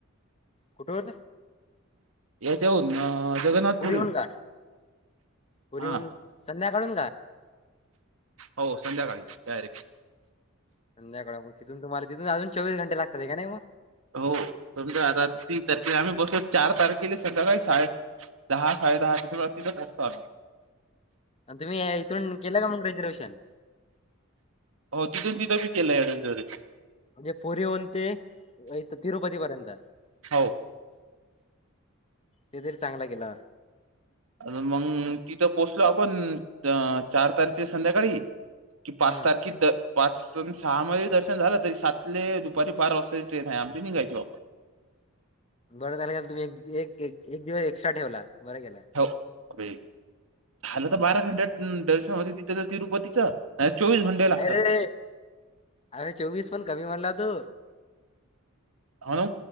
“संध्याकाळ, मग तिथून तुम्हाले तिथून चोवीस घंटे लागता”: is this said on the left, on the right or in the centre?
Left